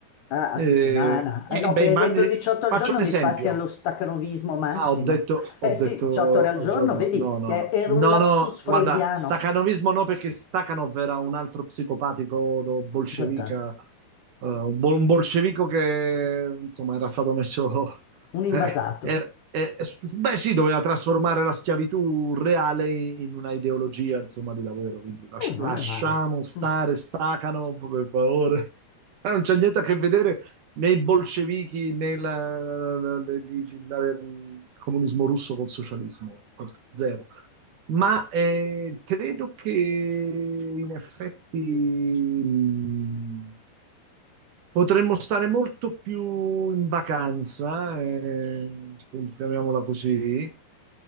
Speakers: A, on the left (about 80°); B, on the right (about 65°).
A: Ah,
B: Eh,
A: a settimana.
B: eh,
A: Eh no, appena
B: beh,
A: hai
B: ma
A: detto
B: ne-
A: 18 al
B: faccio
A: giorno
B: un
A: mi
B: esempio.
A: passi allo stacanovismo massimo.
B: Ah, ho detto,
A: <laughs>
B: ho
A: Eh
B: detto
A: sì, 18 ore al
B: al
A: giorno,
B: giorno,
A: vedi,
B: no, no,
A: ti è-
B: no,
A: era
B: no,
A: un lapsus
B: no,
A: freudiano.
B: guarda, stacanovismo no perché Stakhanov era un altro psicopatico do- bolscevica,
A: Fantastico.
B: eh, un, bol- un bolscevico che insomma era stato messo, <laughs>
A: Un invasato.
B: eh, er- eh, beh sì, doveva trasformare la schiavitù reale in una ideologia insomma di lavoro, quindi lascia-
A: Eh, non
B: lasciamo
A: è male.
B: stare
A: Mm,
B: Stakhanov per favore. <laughs> Eh, Non c'è niente a che vedere né i bolscevichi né la- la- la- il comunismo russo col socialismo, proprio zero. Ma eh, credo che in effetti mh, potremmo stare molto più in vacanza, eh, chiamiamola così,